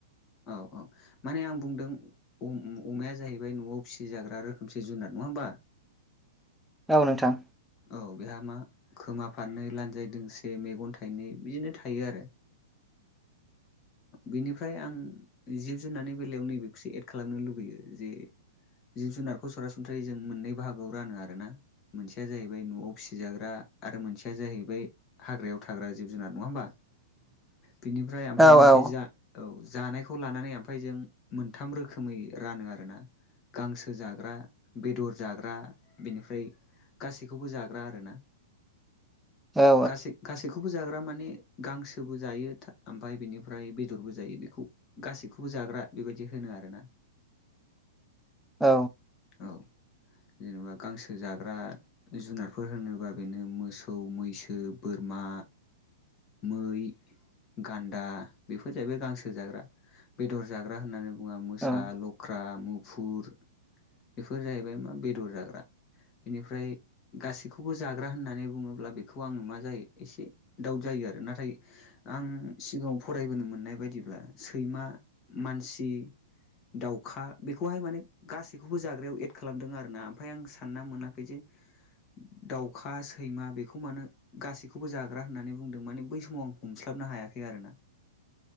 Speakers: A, on the left; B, in the centre.
A: औ औ माने आं बुंदों अमाया जाहैबाय न'आव फिसिजाग्रा रोखोमसे जुनार नङा होमबा?
B: औ नोंथां।
A: औ बेहा मा खोमा फारनै लान्जाय दोंसे मेगन थाइनै बिदिनो थायो आरो। बेनिफ्राय आं जिब जुनारनि बेलायाव नैबेखौसो एड खालामनो लुबैयो जे जिब जुनारखौ सरासनस्रायै जों मोननै बाहागोआव रानो आरो ना ‌। मोनसेया जाहैबाय न'आव फिसिजाग्रा आरो मोनसेया जाहैबाय हाग्रायाव थाग्रा जिब जुनार नङा होमबा?
B: <inaudible>
A: बिनिफ्राय आमफाय
B: औ
A: मोनसे
B: औ
A: आ औ जानायखौ लानानै ओमफ्राय जों मोनथाम रोखोमै रानो आरोना। गांसो जाग्रा बेदर जाग्रा बेनिफ्राय गासैखौबो जाग्रा आरोना।
B: औ
A: गा-गासै-गासैखौबो जाग्रा माने गांसोबो जायो था ओमफ्राय बिनि ओमफ्राय बेदरबो जायो बेखौ गासैखौबो जाग्रा बेबायदि होनो आरोना।
B: औ।
A: औ जेनेबा गांसो जाग्रा जुनारफोर होनोबा बेनो मोसौ, मैसो, बोरमा मै, गान्दा बेफोर जाहैबाय गांसो जाग्रा बेदर जाग्रा होननानै बुङा मोसा,
B: औ
A: लख्रा, मुग फुर बेफोर जाहैबाय मा बेदर जाग्रा बेनिफ्राय गासैखौबो जाग्रा होननानै बुङोब्ला बेखौ आङो मा जायो एसे दाउद जायो आरो नाथाय आं सिगाङाव फरायबोनो मोननाय बायदिब्ला सैमा, मानसि दाउखा बेखौहाय माने गासैखौबो जाग्रायाव एद खालामदों आरोना ओमफाय आं सानना मोनाखै जे दाउखा, सैमा बेखौ मानो गासैखौबो जाग्रा होननानै बुंदों माने बै समाव आं हमस्लाबनो हायाखै आरोना।